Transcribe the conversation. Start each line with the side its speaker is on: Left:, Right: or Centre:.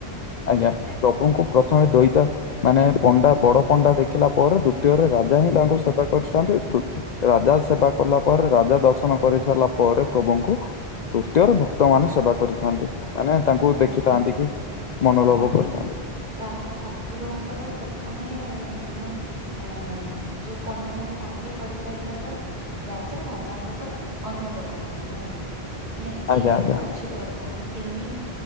Left: ଆଜ୍ଞା ପ୍ରଭୁଙ୍କୁ ପ୍ରଥମେ ଦୁଇତା ମାନେ ପଣ୍ଡା ବଡ। ପଣ୍ଡା ଦେଖିଲା ପରେ ଦ୍ଵିତୀୟରେ ରାଜା ହିଁ ତାଙ୍କୁ ସେବା କରିଥାଛନ୍ତି। ରାଜା ସେବା କଲା ପରେ ରାଜା ଦର୍ଶନ କରି ସାରିଲା ପରେ ପ୍ରଭୁଙ୍କୁ ତୃତୀୟରେ ଭକ୍ତମାନୋନ ସେବା କରିଥାନ୍ତି। ମାନେ ତାଙ୍କୁ
Right: ଓ
Left: ଦେଖିଥାନ୍ତି
Right: ମାନେ
Left: କି ମନଲୋଭ
Right: ତାହେଲେ
Left: କରିଥାନ୍ତି।
Right: ତାହେଲେ ଠାକୁରଙ୍କର ପ୍ରଥମେ ମାନେ- ଏ ଯୋଉ ପଣ୍ଡା ମାନେ ତାଙ୍କେ କରିସାରିଲା ପରେ- ରାଜା ରାଜାଙ୍କ ପରେ ଅନ୍ୟ ଲୋକମାନେେ ନୁହଁ କି। ମାନେ
Left: ଆଜ୍ଞା
Right: ଏଇଭଳି
Left: ଆଜ୍ଞା
Right: ଅଛି ପ୍ରଥା ମାନେ ତିନି-